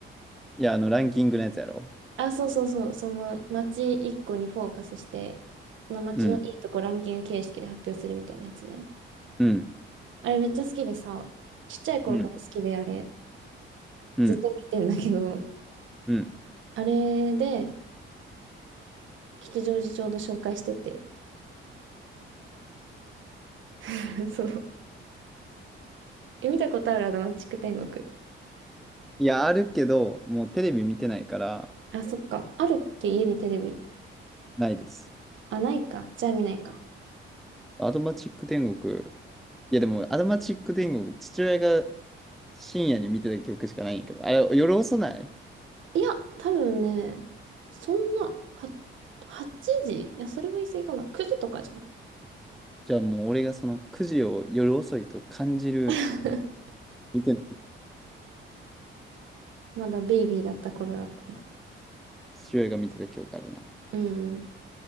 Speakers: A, in the centre; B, on the right.
A: いや、あの、ランキングのやつやろ。
B: あ、そうそうそう。その街一個にフォーカスして、その街のいいとこランキング形式で発表するみたいなやつね。
A: うん、うん、
B: あれめっちゃ好きでさ、ちっちゃい頃から好きであれ、
A: うん、うん、
B: ずっと見てんだけど、
A: うん。
B: あれで、吉祥寺ちょうど紹介してて。<laughs> そう。え、見たことあるアドマチック天国。
A: いや、あるけど、もうテレビ見てないから、
B: あ、そっか。あるっけ家にテレビ。
A: ないです。
B: あ、ないか。じゃあ見ないか。
A: アドマチック天国。いや、でも、アドマチック天国、父親が深夜に見てた曲しかないんやけど、あれ、夜遅ない
B: いや、多分ね、そんな、は、8時いや、それは言い過ぎかな。9時とかじゃん。
A: じゃあもう俺がそのくじを夜遅いと感じる
B: <laughs>
A: 見てない。
B: まだベイビーだった頃だったな。
A: 父親が見てた記憶あるな。
B: うんうん。